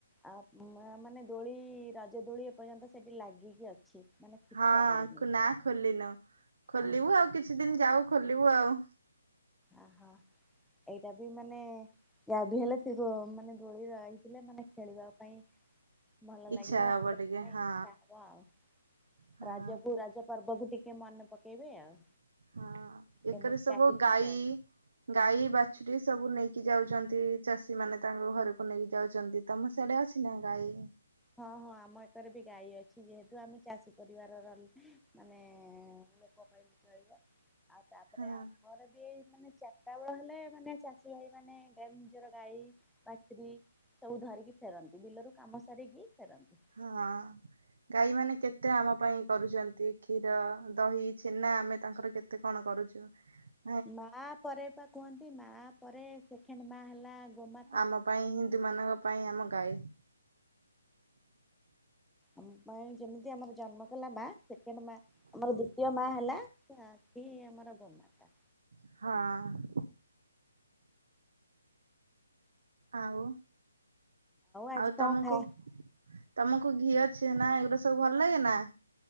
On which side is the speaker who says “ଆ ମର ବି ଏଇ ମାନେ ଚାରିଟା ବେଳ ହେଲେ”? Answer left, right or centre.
Centre